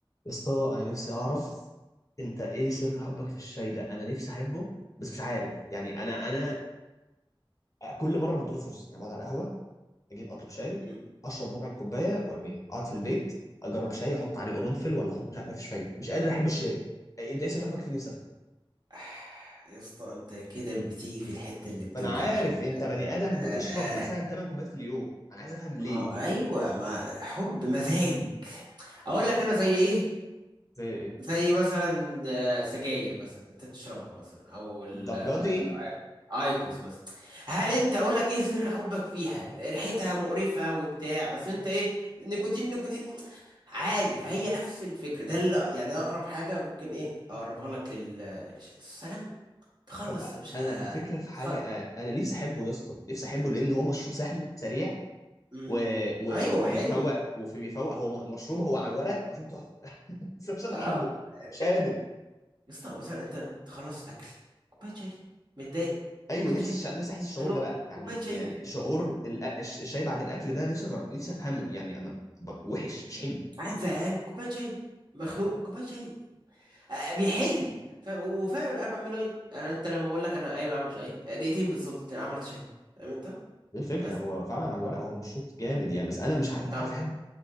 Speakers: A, on the left; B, on the right.
A: يا اسطى انا نفسي اعرف انت ايه سر حبك في الشاي ده انا نفسي احبه بس مش عارف يعني انا انا كل مره بديله فرصه يعني بقعد على القهوه اجيب اطلب شاي
B: مم.
A: اشرب ربع الكوبايه وارميه اقعد في البيت اجرب شاي احط عليه قرنفل ولا احط مش عارف مفيش فايده مش قادر احب الشاي إيه انت ايه سر حبك فيه نفسي افهم
B: آه، <sighs> يا اسطى انت كده بتيجي في الحتة اللي بتوجع
A: ما انا عارف
B: خلي بالك
A: انت بني ادم
B: آه آه.
A: بتشرب مثلا
B: آه.
A: 8 كوبايات في اليوم انا عايز افهم ليه
B: ما هو- ايوه ما حب مزاج اقول لك انا زي ايه
A: زي ايه
B: زي مثلا آه، سجاير مثلا انت بتشربها مثلا او ال
A: الدرجه
B: آه،
A: دي ايه
B: ايكوس مثلا هل انت اقول لك ايه سر حبك فيها ريحتها مقرفة وبتاع بس انت ايه نيكوتين نيكوتين عادي فهي نفس الفكرة ده اللي يعني ده اقرب حاجة ممكن ايه اقربها لك لل السلام تخلص
A: طب
B: يا باشا
A: انا الفكره في حاجه
B: تخل...
A: انا نفسي احبه يا اسطى نفسي احبه لان هو مشروب سهل سريع
B: مم.
A: و... و...
B: ايوه
A: وبيفوق
B: حلو
A: وفي بيفوق هو م- مشروب هو على الورق مشروب تحفه <laughs> بس أنا مش
B: اه
A: قادر احبه
B: يا
A: مش قادر
B: اسطى مثلا انت تخلص اكل كوبايه شاي متضايق
A: ايوه
B: كوبايه
A: نفسي
B: شاي
A: الش... نفسي احس الشعور
B: خنوق
A: ده بقى يعني
B: كوبايه شاي
A: يعني شعور ال... الش- الشاي بعد الاكل ده نفسي أجر... نفسي افهمه يعني انا ب... وحش مش حلو
B: قاعد
A: يعني
B: زهقان
A: أنا-
B: كوبايه شاي مخنوق كوبايه شاي آه، بيحل فاهم وفاهم انا بعمله ايه انا انت لما بقول لك انا قايم اعمل شاي آه، دقيقتين بالظبط عملت شاي فاهم انت
A: دي الفكره
B: بس
A: هو فعلا على الورق هو مشروب جامد يعني بس انا مش ع- مش
B: طب
A: عارف احبه